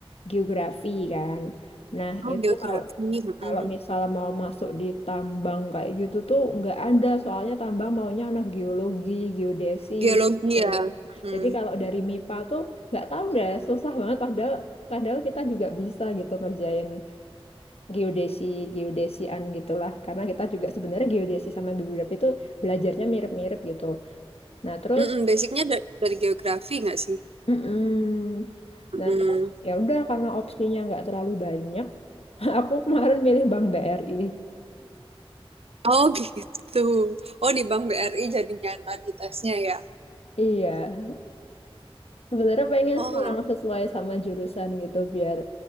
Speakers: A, on the left; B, on the right.
A: geografi kan nah
B: Oh,
A: itu
B: geografi.
A: kalau
B: mm-mm.
A: kalau misal mau masuk di tambang kayak gitu tuh nggak ada soalnya tambang maunya anak geologi geodesi
B: Geologi
A: gitu.
B: ya. Mm-mm.
A: jadi kalau dari MIPA tuh nggak tahu deh susah banget padahal padahal kita juga bisa gitu ngerjain geodesi geodesian gitulah karena kita juga sebenarnya geodesi sama geografi itu belajarnya mirip-mirip gitu nah terus
B: Mm-mm, basicnya dari, dari geografi nggak sih?
A: mm-mm.
B: Mm-mm.
A: nah terus ya udah karena opsinya nggak terlalu banyak <laughs> aku kemarin milih Bank BRI
B: Oh <laughs> gitu. Oh di Bank BRI jadinya yang tadi tesnya ya.
A: iya sebenarnya pengen
B: Oh,
A: sih
B: ah.
A: yang sesuai sama jurusan gitu biar